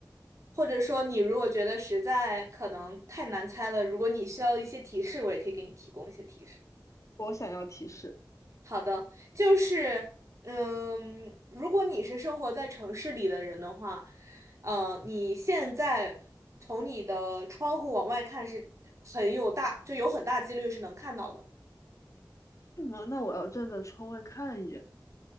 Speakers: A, on the right; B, on the left.
A: 或者说，你如果觉得实在可能太难猜了，如果你需要一些提示，我也可以给你提供一些提示。
B: 我想要提示，
A: 好的，就是，嗯，如果你是生活在城市里的人的话，呃，你现在从你的窗户往外看是很有大，就有很大几率是能看到的。
B: 什么？那我要站在窗外看一眼，